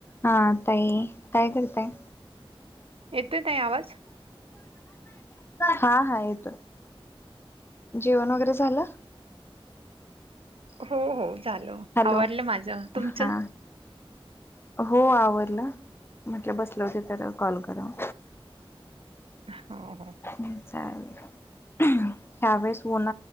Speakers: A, on the left; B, on the right.
A: हा ताई काय करताय?
B: येतोय ताई आवाज?
A: हा हा येतोय. जेवण वगैरे झालं?
B: हो हो झालं
A: हॅलो
B: आवरलं माझं. तुमचं?
A: हा हो आवरलं. म्हटलं बसलं होते तर कॉल कराव.
B: हो हो.
A: चालेल ह्या, वेळेस उन